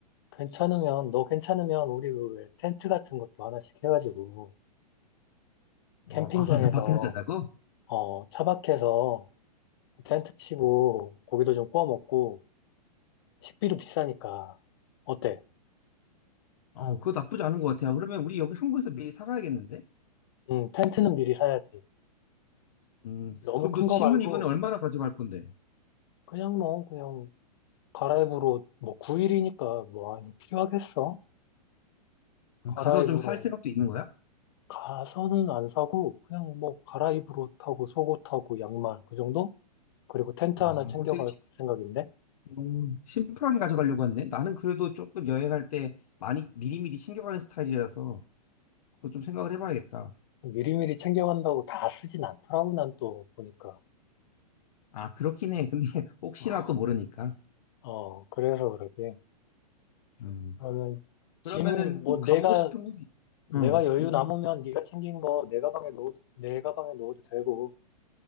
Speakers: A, on the left; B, on the left.
A: 괜찮으면, 너 괜찮으면 우리 그왜 텐트 같은 것도 하나씩 해가지고
B: 어,
A: 캠핑장에서
B: 아, <laughs> 밖에서 자자고?
A: 어, 차박해서 텐트 치고 고기도 좀 구워 먹고 식비도 비싸니까 어때?
B: 어, 그거 나쁘지 않은 것 같아요. 그러면 우리 여기 한국에서 미리 사가야겠는데?
A: 응, 텐트는 미리 사야지.
B: 음,
A: 너무
B: 그럼
A: 큰
B: 너 짐은
A: 거 말고
B: 이번에 얼마나 가져갈 건데?
A: 그냥 뭐 그냥 갈아입으로 뭐 9일이니까 뭐 많이 필요하겠어? 갈아입으로
B: 음, 가서 좀 살 생각도 있는 거야?
A: 가서는 안 사고 그냥 뭐 갈아입으로 타고 속옷 타고 양말 그 정도? 그리고 텐트
B: 그뭐
A: 하나 챙겨갈
B: 되게
A: 생각인데.
B: 심- 음, 심플하게 가져가려고 했네. 나는 그래도 조금 여행할 때 많이 미리미리 챙겨가는 스타일이라서 그거 좀 생각을 해봐야겠다.
A: 미리미리 챙겨간다고 다 쓰진 않더라고, 난 또 보니까.
B: 아, 그렇긴 해. 근데 <laughs> 혹시나
A: 아,
B: 또 모르니까.
A: 어, 어, 그래서 그러지.
B: 음.
A: 그러면 짐은
B: 그러면은 꼭
A: 뭐
B: 가보고
A: 내가,
B: 싶은 곳이, 있어
A: 내가
B: 어,
A: 여유
B: 이게.
A: 남으면 네가 챙긴 거 내 가방에 넣어도, 내 가방에 넣어도 되고,